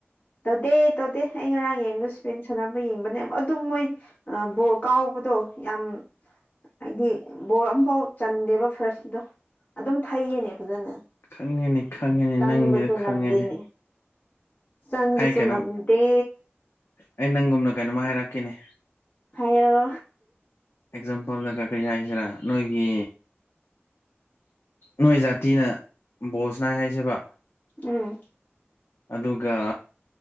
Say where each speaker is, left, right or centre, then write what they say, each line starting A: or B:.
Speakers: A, on the left; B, on the left.
A: ꯇꯧꯗꯦ ꯇꯧꯗꯦ ꯑꯩ ꯉꯔꯥꯡ ꯌꯦꯡꯕꯗꯨ ꯏꯁꯄꯦꯟ ꯁꯅꯞ ꯌꯦꯡꯕꯅꯦ ꯑꯗꯨꯝ ꯃꯣꯏ ꯑ ꯕꯣꯜ ꯀꯥꯎꯕꯗꯣ ꯌꯥꯝ ꯍꯥꯏꯗꯤ ꯕꯣꯜ ꯑꯝꯐꯥꯎ ꯆꯟꯗꯦꯕ ꯐꯥꯔꯁꯀꯤꯗꯣ ꯑꯗꯨꯝ ꯊꯩꯌꯦꯅꯦ ꯐꯖꯅ
B: ꯈꯪꯉꯦꯅꯦ ꯈꯪꯉꯦꯅꯦ
A: ꯆꯪꯕꯁꯨ
B: ꯅꯪꯒꯤꯗ ꯈꯪꯉꯦꯅꯦ
A: ꯉꯝꯗꯦꯅꯦ ꯆꯪꯕꯁꯨ
B: ꯑꯩ ꯀꯩꯅꯣꯝ
A: ꯉꯝꯗꯦ
B: ꯑꯩ ꯅꯪꯒꯨꯝꯅ ꯀꯩꯅꯣꯝꯃ ꯍꯥꯏꯔꯛꯀꯦꯅꯦ
A: ꯍꯥꯏꯌꯣ
B: ꯑꯦꯛꯖꯥꯝꯄꯜꯗ ꯀ ꯀꯔꯤ ꯍꯥꯏꯁꯤꯔꯥ ꯅꯣꯏꯒꯤ ꯅꯣꯏ ꯖꯥꯇꯤꯅ ꯕꯣꯜꯁꯅꯥꯏ ꯍꯥꯏꯁꯦꯕ
A: ꯎꯝ
B: ꯑꯗꯨꯒ